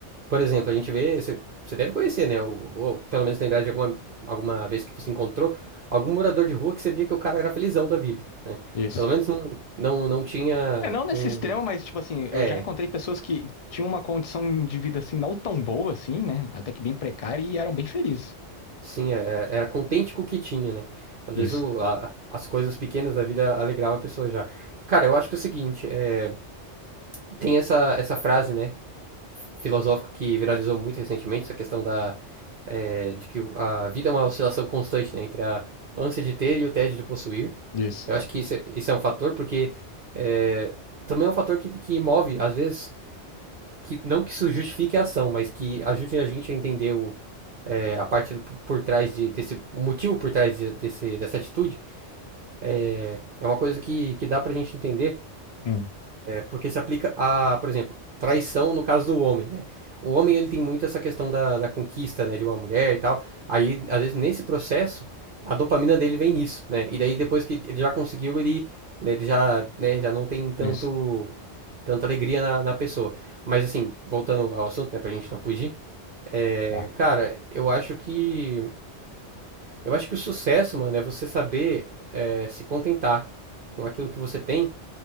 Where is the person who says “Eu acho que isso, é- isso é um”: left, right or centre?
Right